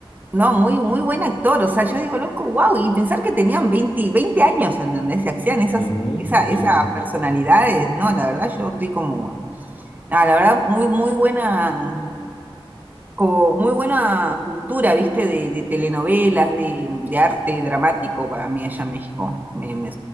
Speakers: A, on the right; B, on the left.
A: No, muy, muy buen actor. O sea, yo digo, loco, wow. Y pensar que tenían veinte veinte años, ¿entendés? Se hacían esas,
B: Ujú,
A: esa, esas
B: Sí, sí, sí.
A: personalidades, ¿no? La verdad, yo estoy como. Nada, la verdad, muy, muy buena, como muy buena cultura, ¿viste? De, de telenovelas, de, de arte dramático para mí allá en México. Me- me-